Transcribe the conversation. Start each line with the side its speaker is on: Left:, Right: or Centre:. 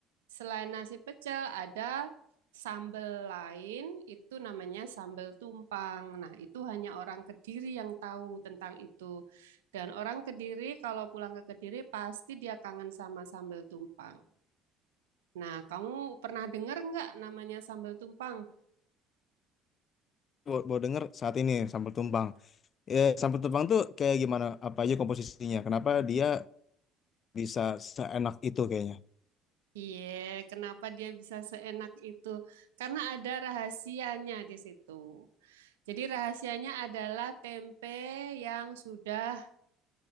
Right: Selain nasi pecel, ada sambal lain, itu namanya sambal tumpang. Nah, itu hanya orang Kediri yang tahu tentang itu. Dan orang Kediri kalau pulang ke Kediri pasti dia kangen sama sambal tumpang. Nah, kamu pernah dengar nggak namanya sambal tumpang?
Left: Bo- Bawa denger saat ini sambal tumpang. Ya, sambal tumpang tuh kayak gimana? Apa aja komposisinya? Kenapa dia bisa seenak itu kayaknya?
Right: Iya, kenapa dia bisa seenak itu? Karena ada rahasianya di situ. Jadi rahasianya adalah tempe yang sudah